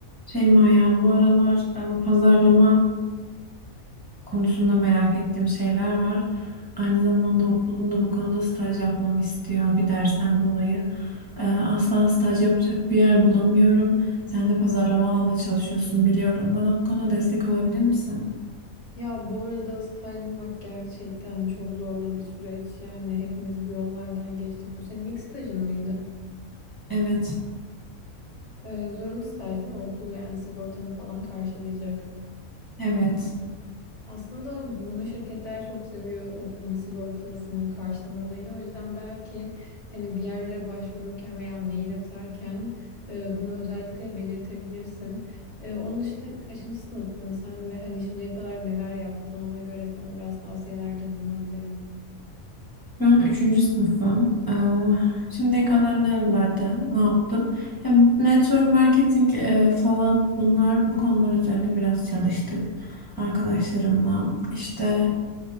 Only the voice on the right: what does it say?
Şeyma ya bu aralar e, pazarlama konusunda merak ettiğim şeyler var. Aynı zamanda okulum da bu konuda staj yapmamı istiyor bir dersten dolayı. E, asla staj yapacak bir yer bulamıyorum. Sen de pazarlama alanda çalışıyorsun biliyorum. Bana bu konuda destek olabilir misin?
Evet,
evet.
Şu an üçüncü sınıfım. Ee, şimdiye kadar nerelerde ne yaptım? Hem network marketing e, falan bunlar bu konular üzerinde biraz çalıştık arkadaşlarımla. İşte